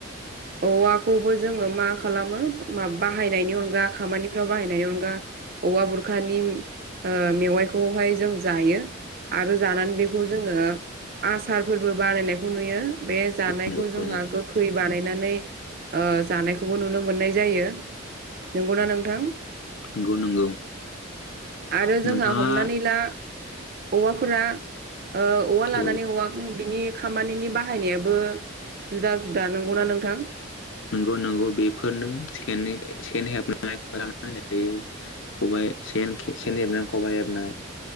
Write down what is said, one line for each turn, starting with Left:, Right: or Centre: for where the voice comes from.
Right: औवाखौबो जोङो मा खालामो बाहायनायनि अनगा खामानिफ्राव बाहायनायनि अनगा औवा बुरखानि मेवाइखौहाय जों जायो आरो जानानै बेखौ जोङो आसारफोरबो बारायनायखौ नुयो बे जानायखौ
Left: नंगौ
Right: जोंहा
Left: नंगौ
Right: गोखै बानायनानै ओ जानायखौबो नुनो मोननाय जायो। नंगौना नोंथां
Left: नंगौ नंगौ
Right: आरो
Left: नोंथाङा
Right: जोंहा हमनानै ला औवाफोरा ओ औवा लानानै
Left: ओ
Right: औवा बिनि खामानिनि बाहायनायाबो जुदा जुदा नंगौना नोंथां?
Left: नोंगौ नंगौ बेफोरनो सेन सेन हेबनानै होन जायो। खबाइ सेन सेन हेबनानै खबाइ हेबनाय